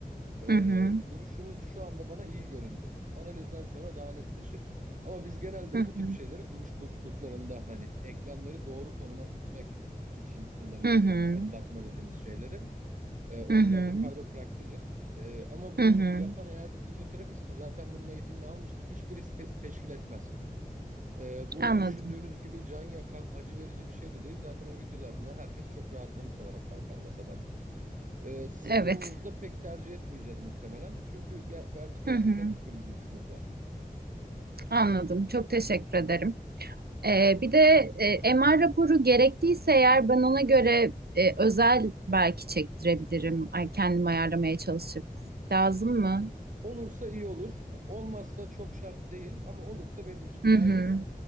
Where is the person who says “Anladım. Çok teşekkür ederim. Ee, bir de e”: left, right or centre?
Right